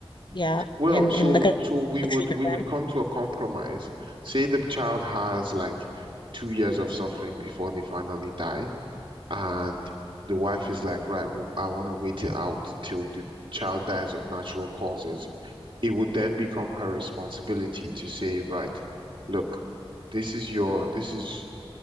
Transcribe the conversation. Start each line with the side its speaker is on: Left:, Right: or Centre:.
Left: yeah
Right: Well,
Left: and
Right: so
Left: and like a,
Right: so we
Left: a
Right: would
Left: treatment
Right: we
Left: plan
Right: would come to a compromise. Say the child has like two years of suffering before they finally die, and the wife is like, right, well, I want to wait it out till the child dies of natural causes. It would then become her responsibility to say, right, look, this is your this is